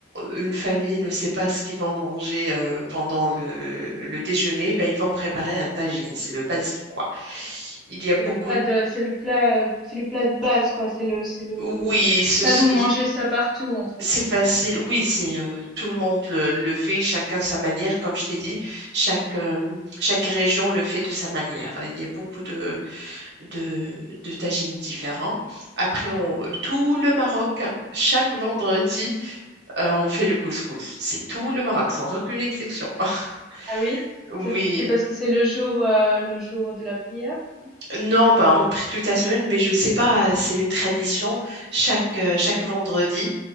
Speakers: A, on the right; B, in the centre.
A: une famille ne sait pas ce qu'ils vont manger euh, pendant le, le déjeuner, ben, ils vont préparer un tagine. C'est le basique, quoi. Il y a
B: c'est
A: beaucoup
B: le plat
A: de...
B: de, c'est le plat, euh, c'est le plat de base, quoi. C'est le, c'est le, le,
A: Oui, ce-
B: ça
A: ce
B: vous
A: que-
B: mangez ça partout en fait.
A: c'est facile. Oui, c'est euh, tout le monde le, le fait, chacun sa manière. Comme je t'ai dit, chaque, euh, chaque région le fait de sa manière. Il y a beaucoup de de, de tagines différents. Après, on,
B: Mhm.
A: tout le Maroc, chaque vendredi, euh, on fait le couscous. C'est tout le Maroc, sans aucune exception. <laughs>
B: Ah oui?
A: Oui,
B: C'est c'est parce que c'est le jour, heu, le jour de la prière, non?
A: non, bah, on prie toute la semaine, mais je sais pas, c'est une tradition. Chaque, euh, chaque vendredi,